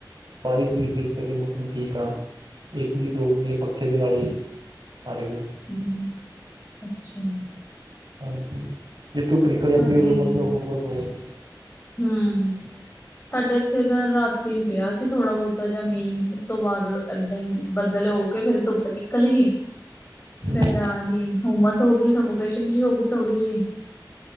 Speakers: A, on the right; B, on the left.
A: ਬਾਰਿਸ਼ ਹੋਈ ਸੀ ਇਸ ਕਰਕੇ ਮੌਸਮ ਠੀਕ ਆ। ਏ ਸੀ ਦੀ ਲੋੜ ਨੀ ਪੱਖੇ ਦੇ ਨਾਲ ਹੀ ਸਾਰ ਗਿਆ।
B: ਹੂੰ, ਅੱਛਾ।
A: ਹਾਂਜੀ, ਜੇ ਧੁੱਪ ਨਿਕਲ ਜਾਂਦੀ,
B: ਸਾਡੇ
A: ਉਦੋਂ ਮਤਲਬ
B: ਵੀ
A: ਹੂਮਸ ਹੋ ਜਾਂਦੀ ਹੈ।
B: ਹੂੰ, ਸਾਡੇ ਇੱਥੇ ਤਾਂ ਰਾਤ। ਇੱਕ ਦਿਨ ਪਿਆ ਸੀ ਥੋੜਾ ਬਹੁਤਾ ਜਾਂ ਮੀਂਹ। ਉਸ ਤੋਂ ਬਾਅਦ ਏਦਾਂ ਹੀ ਬੱਦਲ ਹੋ ਕੇ ਫੇਰ ਧੁੱਪ ਨਿਕਲ ਗਈ। ਹ <inaudible> ਫੇਰ
A: ਜੀ
B: ਨਾਲ ਹੀ ਹੂਮਸ ਹੋ ਗਈ ਸਵੋਕੇਸ਼ਨ ਜਿ ਹੋਗੀ ਥੋੜੀ ਜਿ।